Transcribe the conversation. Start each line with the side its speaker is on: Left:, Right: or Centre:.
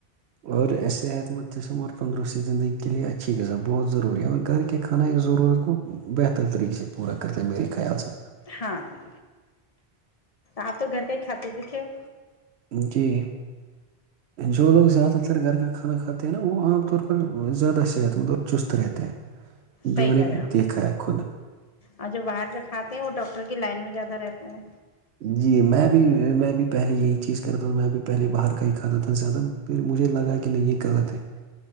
Right: اور صحت مند قسم اور تندرستی زندگی کے لے اچھی غذا بہت ضروری ہے اور گھر کے کھانا اس ضرورت کو بہتر طریقے سے پورا کرتا ہے میرے خیال سے
Left: ہاں جی آپ تو گھر کا ہی کھاتے د تھے ہو
Right: جی جو لوگ زیاد بتر گھر کا کھانا کھاتے ہیں نا وہ عام طور پر زیادہ صحت مند اور چست رہتے ہیں
Left: صحیح
Right: جو میں
Left: کیا
Right: نے
Left: گا
Right: دیکھا ہے خود
Left: اور جو باہر کے کھاتے ہیں وہ ڈاکٹر کی لائن میں زیادہ رہتے ہیں
Right: جی میں بھی میں بھی پہلے یہی چیز کرا تھا میں بھی پہلے باہر کا ہی کھاتا تھا زیادہ پھر مجھے لگا کہ نہیں یہ غلط ہے